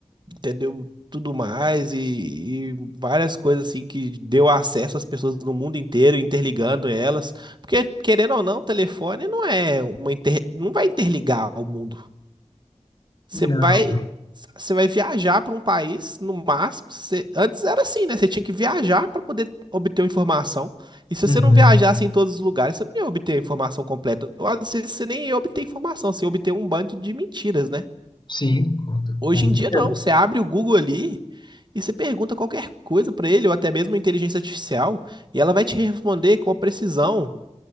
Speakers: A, on the right (about 40°); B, on the left (about 40°).
A: entendeu? Tudo mais e, e várias coisas assim que deu acesso às pessoas no mundo inteiro, interligando elas. Porque, querendo ou não, telefone não é uma inter... não vai interligar o mundo. Você
B: Não.
A: vai, você vai viajar para um país, no máximo. você- antes era assim, né? Você tinha que viajar para poder obter uma informação. E se
B: Uhum.
A: você não viajasse em todos os lugares, você não ia obter a informação completa. Ou às vezes você nem ia obter informação, você ia obter um bando de mentiras, né?
B: Sim, com com
A: Hoje em dia,
B: certeza.
A: não. Você abre o Google ali e você pergunta qualquer coisa para ele, ou até mesmo a inteligência artificial, e ela vai te responder com a precisão